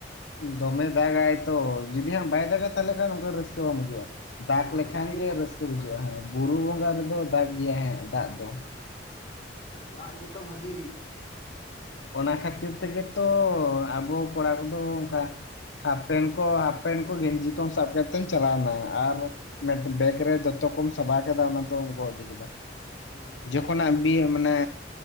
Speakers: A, on the left; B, on the left.
A: ᱫᱚᱢᱮ ᱫᱟᱜᱟᱭ ᱛᱚ ᱡᱩᱫᱤ ᱦᱟᱸᱜ ᱵᱟᱭ ᱫᱟᱜᱟ ᱛᱟᱦᱞᱮ ᱠᱷᱟᱱ ᱚᱝᱠᱟ ᱨᱟᱹᱥᱠᱟᱹ ᱵᱟᱝ ᱵᱩᱡᱩᱜᱼᱟ᱾ ᱫᱟᱜᱽ
B: ᱦᱳᱭ
A: ᱞᱮᱠᱷᱟᱱ
B: ᱚᱱᱟᱜᱮ
A: ᱜᱮ ᱨᱟᱹᱥᱠᱟᱹ
B: ᱠᱟᱛᱷᱟ
A: ᱵᱩᱡᱩᱜᱼᱟ
B: ᱫᱚ
A: ᱦᱟᱸᱜ ᱵᱩᱨᱩ
B: ᱦᱳᱭ
A: ᱵᱚᱸᱜᱟ
B: ᱦᱳᱭ
A: ᱨᱮᱫᱚ ᱫᱟᱜᱽ ᱜᱮᱭᱟᱟᱭ ᱦᱟᱸᱜ ᱫᱟᱜ ᱫᱚ᱾
B: ᱫᱟᱜ ᱜᱮᱛᱚ ᱵᱷᱟᱜᱤ᱾
A: ᱚᱱᱟ ᱠᱷᱟᱹᱛᱤᱨ ᱛᱮᱜᱮ ᱛᱚ ᱟᱵᱚ ᱠᱚᱲᱟ ᱠᱚᱫᱚ ᱚᱝᱠᱟ ᱦᱟᱯ ᱯᱮᱱ ᱠᱚ ᱦᱟᱯ ᱯᱮᱱ ᱠᱚ ᱜᱮᱧᱡᱤ ᱠᱚᱢ ᱥᱟᱵ ᱠᱮᱜᱛᱮᱢ ᱪᱟᱞᱟᱣᱱᱟ, ᱟᱨ ᱢᱮᱰ ᱵᱮᱜ ᱨᱮ ᱫᱚᱛᱚ ᱠᱚᱢ ᱥᱟᱵᱟᱣ ᱠᱮᱫᱟ ᱚᱱᱟ ᱫᱚᱢ ᱜᱚ ᱤᱫᱤ ᱠᱮᱫᱟ᱾
B: ᱦᱩᱸ
A: ᱡᱚᱠᱷᱚᱱᱟᱜ ᱵᱤ ᱢᱟᱱᱮ